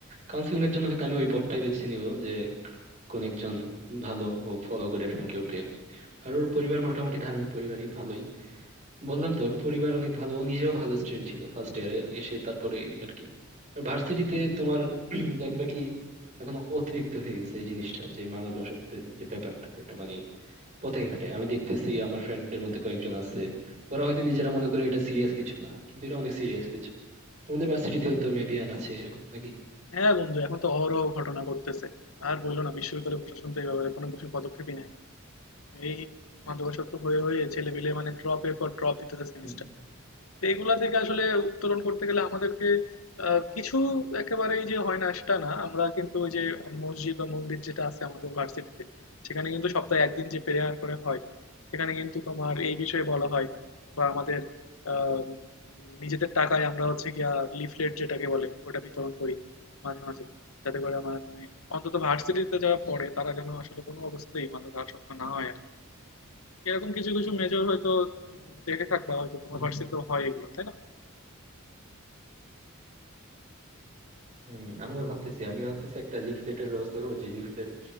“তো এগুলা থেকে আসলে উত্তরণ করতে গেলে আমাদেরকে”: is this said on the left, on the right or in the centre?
Left